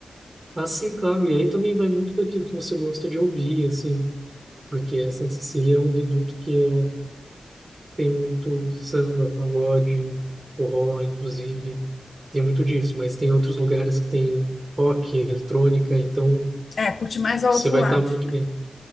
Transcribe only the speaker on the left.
É, curte mais ao
outro
lado.